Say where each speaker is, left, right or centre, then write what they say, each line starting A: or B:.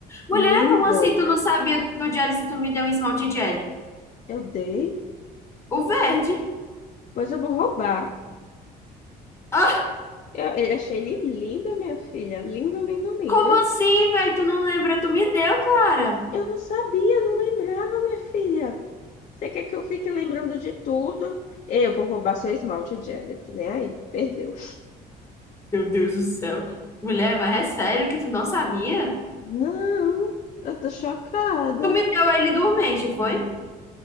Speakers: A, on the left (about 15°); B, on the left (about 45°).
A: Mulher,
B: Lindo.
A: como assim tu não sabia do jelly se tu me deu um esmalte jelly?
B: Eu dei,
A: O verde.
B: pois eu vou roubar.
A: Ah,
B: Eu, eu achei ele lindo, minha filha. Lindo, lindo, lindo.
A: como assim, velho? Tu não lembra? Tu me deu, Clara.
B: Eu não sabia, não lembrava, minha filha. Você quer que eu fique lembrando de tudo? Eu vou roubar seu esmalte, Jelly. Tô nem aí. Perdeu.
A: Meu Deus do céu. Mulher, mas é sério que tu não sabia?
B: Não, eu tô chocada.
A: Tu me deu ele dormente, foi?